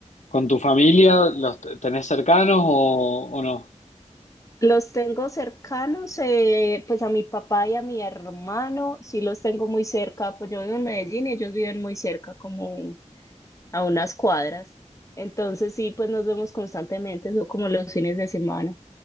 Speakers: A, on the left; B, on the left.
A: ¿Con tu familia los te- tenés cercanos o, o no?
B: Los tengo cercanos, eh, pues a mi papá y a mi hermano, sí los tengo muy cerca, pues yo vivo en Medellín y ellos viven muy cerca, como a unas cuadras. Entonces sí, pues nos vemos constantemente, son como los fines de semana.